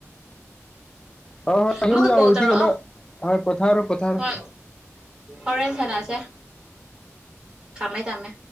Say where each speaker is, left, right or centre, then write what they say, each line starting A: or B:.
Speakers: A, on the left; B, on the right.
A: ꯍꯣꯏ ꯍꯣꯏ
B: ꯑꯃꯨꯛꯀꯥ
A: ꯌꯨꯝ ꯌꯧꯔꯗꯤ
B: ꯀꯣꯜ ꯇꯧꯔꯛꯑꯣ
A: ꯀꯩꯅꯣ ꯍꯣꯏ ꯄꯣꯊꯥꯔꯣ ꯄꯣꯊꯥꯔꯣ
B: ꯍꯣꯏ ꯑꯣꯔꯦꯟ ꯁꯥꯅꯥꯁꯦ ꯊꯃꯦ ꯇꯃꯦ